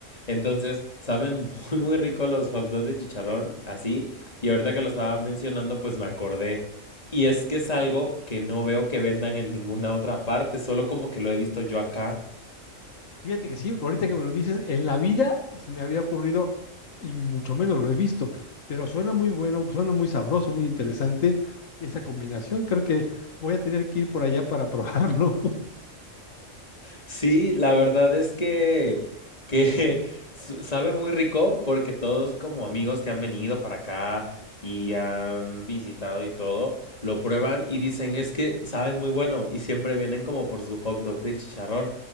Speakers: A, on the left; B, on the left.
A: Entonces, saben <laughs> muy, muy rico los hot dogs de chicharrón, así. Y ahorita que lo estaba mencionando, pues me acordé. Y es que es algo que no veo que vendan en ninguna otra parte, solo como que lo he visto yo acá.
B: Fíjate que sí, ahorita que me lo dices, en la vida se me había ocurrido y mucho menos lo he visto, pero suena muy bueno, suena muy sabroso, muy interesante esa combinación. Creo que voy a tener que ir por allá para probarlo. <laughs>
A: Sí, la verdad es que, que <laughs> s- sabe muy rico porque todos como amigos que han venido para acá y han visitado y todo, lo prueban y dicen es que saben muy bueno y siempre vienen como por su hot dog de chicharrón,